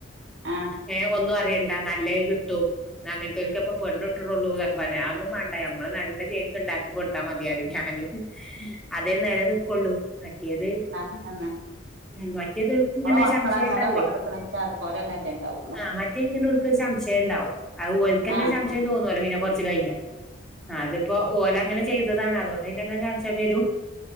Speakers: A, on the right; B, in the centre.
A: ആഹ്
B: ഏഹ് ഒന്നും അറിയണ്ട നല്ലത് കിട്ടും അങ്ങനത്തെൽക്കപ്പ പെണ്ണു കിട്ടണൊള്ളൂതൊക്കെ പറയും അതൊന്നും വേണ്ട നമ്മള് നല്ല ചേൽക്ക് ഉണ്ടാക്കി കൊടു ത്താ മതിയാറിം ഞാന് അതേ നെല നിക്കുള്ളൂ മറ്റേത്
A: ആഹ് അതെന്നെ
B: ഉം മറ്റേതോൽക്ക്
A: നമ്മടെ
B: ഇങ്ങനെ
A: മക്കള്
B: സംശയം
A: എങ്ങനെ
B: ഉണ്ടാവേ
A: കൊണ്ടടുക്കണേ വെച്ചാ അതുപോലെന്നല്ലേ ഇണ്ടാവുള്ളു
B: ആ മറ്റേ ഇങ്ങനെ ഓൽക്കൊരു സംശയം ഉണ്ടാവും അത് ഓൽക്കന്നെ
A: ആഹ്
B: സംശയം തോന്നുവലോ പിന്നെ കുറച്ച് കഴിഞ്ഞ ആഹ് അതിപ്പോ ഓല് അങ്ങനെ ചെയ്തതാണ് അതുകൊണ്ട് പിന്നെ അങ്ങനെ സംശയം വരും